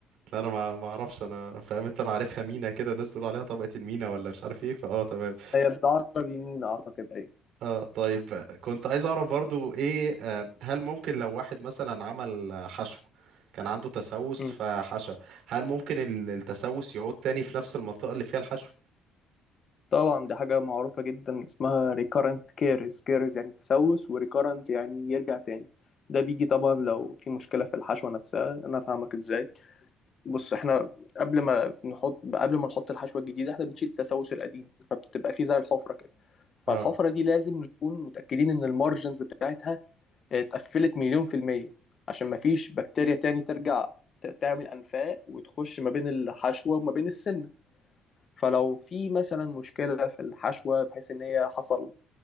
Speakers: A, on the right; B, on the left.
A: لا انا ما ما اعرفش انا فاهم انت انا عارفها مينا كده الناس بتقول عليها طبقة المينا ولا مش عارف ايه فاه تمام
B: هي بالعربي يمين أعتقد أيوة
A: اه طيب كنت عايز اعرف برضو ايه آه، هل ممكن لو واحد مثلا عمل آه، حشو كان عنده تسوس
B: مم.
A: فحشى هل ممكن ال- التسوس يعود تاني في نفس المنطقة اللي فيها الحشو
B: طبعا دي حاجة معروفة جدا اسمها recurrent caries caries يعني تسوس و recurrent يعني يرجع تاني ده بيجي طبعا لو في مشكلة في الحشوة نفسها أنا فاهمك إزاي بص إحنا قبل ما نحط قبل ما نحط الحشوة الجديدة إحنا بنشيل التسوس القديم فبتبقى فيه زي الحفرة كده
A: اه
B: فالحفرة دي لازم نكون متأكدين إن المارجنز بتاعتها اتقفلت مليون في المية عشان مفيش بكتيريا تاني ترجع ت- تعمل أنفاق وتخش ما بين الحشوة وما بين السن فلو في مثلا مشكلة في الحشوة بحيث إن هي حصل